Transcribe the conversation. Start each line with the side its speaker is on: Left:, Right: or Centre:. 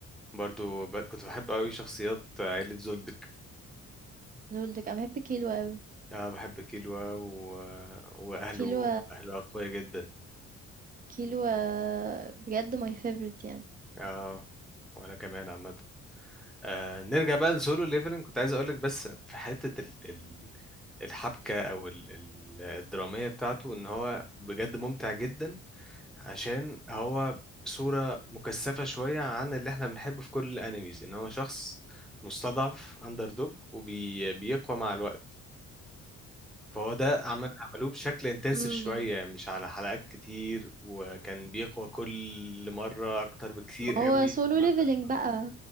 Centre: برضو ب... كنت بحب أوي شخصيات عيلة زولدك
Right: زولدك انا بحب كيلو قوي
Centre: اه بحب كيلوا و... وأهله
Right: كيلو
Centre: أهله أقوياء جدا
Right: كيلو بجد ماي فيفورت يعني
Centre: اه وأنا كمان عامة آه نرجع بقى لسولو ليفلنج كنت عايز أقولك بس في حتة ال... ال... الحبكة أو ال... ال- الدرامية بتاعته إن هو بجد ممتع جدا عشان هو صورة مكثفة شوية عن اللي احنا بنحبه في كل الانميز ان هو شخص مستضعف اندر دوج وبيقوى مع الوقت فهو ده عمل عملوه بشكل انتنسيف
Right: امم
Centre: شوية يعني مش على حلقات كتير وكان بيقوى كل مرة اكتر بكتير
Right: ما
Centre: قوي
Right: هو solo
Centre: من المرة
Right: leveling
Centre: اللي قبل-
Right: بقى